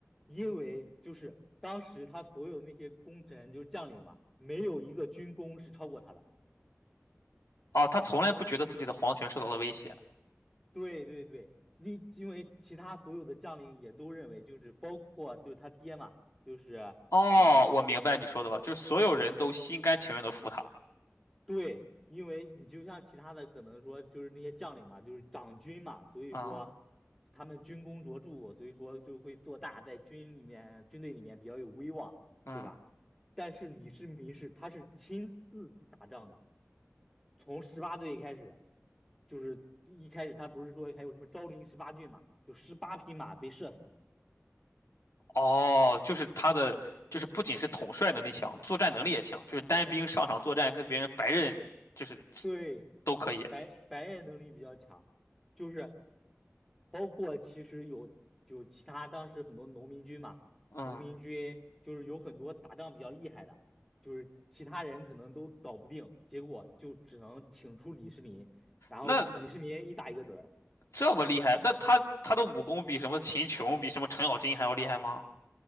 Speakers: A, in the centre; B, on the left.
A: 因为就是当时他所有那些功臣就是将领嘛，没有一个军功是超过他的。
B: 哦，他从来不觉得自己的皇权受到了威胁。
A: 对对对，因因为其他所有的将领也都认为，就是包括就是他爹嘛，就是
B: 哦，
A: 呃
B: 我明白你说的了，就是所有人都心甘情愿的服他。
A: 对，因为你就像其他的可能说就是那些将领嘛，就是长军嘛，所以说
B: 啊，
A: 他们军功卓著，所以说就会做大，在军里面军队里面比较有威望，
B: 嗯，
A: 对吧？但是李世民是他是亲自打仗的。从十八岁开始，就是一开始他不是说还有什么昭陵十八骏嘛，就十八匹马被射死。
B: 哦，就是他的，就是不仅是统帅能力强，作战能力也强，就是单兵上场作战跟别人白刃就是
A: 对，
B: 都可以。
A: 白白人能力比较强，就是包括其实有就其他当时很多农民军嘛，
B: 嗯，
A: 农民军就是有很多打仗比较厉害的，就是其他人可能都搞不定，结果就只能请出李世民，然后就李世民一打一个准儿。
B: 那这么厉害，那他他的武功比什么秦琼，比什么程咬金还要厉害吗？